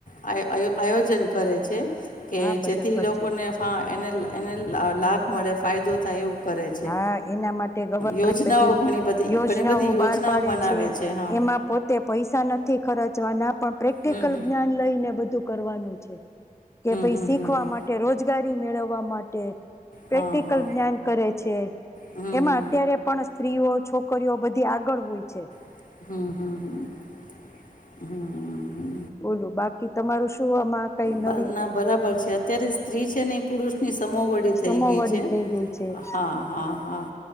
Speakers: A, on the left; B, on the left.
A: આ આયોજન કરે છે. કે
B: હા બરાબર
A: જેથી લોકોને
B: છે
A: ફા એને. એને લ લાભ મળે ફાયદો થાય એવું. કરે છે
B: હા એના માટે ગ ગણપતિ
A: યોજનાઓ ઘણી બધી
B: યોજનાઓ
A: ઘણી બધી યોજનાઓ
B: બહાર પાડે
A: બનાવે
B: છે
A: હા
B: એમાં પોતે પૈસા નથી ખરચ જવાના પણ પ્રેક્ટિકલ
A: હમ હમ
B: જ્ઞાન લઈને બધું કરવાનું છે. કે ભાઈ
A: હમ હમ
B: શીખવા
A: હમ હમ
B: માટે રોજગારી ઈ મેળવવા માટે પ્રેક્ટિકલ
A: હા હા
B: જ્ઞાન કરે. છે,
A: હમ
B: એમાં
A: હમ
B: અત્યારે પણ સ્ત્રીઓ છોક છોકરીઓ બધી આગળ હોય છે.
A: હમ. હમ. હમ હમ. હમ.
B: બોલો, બાકી તમારું શું આમાં? કઈ નવી
A: બ ના બરાબર છે. ત્યારે સ્ત્રી છે ને ઈ પુરુષની સમોવડી
B: સમોવડી
A: થઈ ગઈ છે.
B: થઈ ગઈ છે
A: હા હા હા.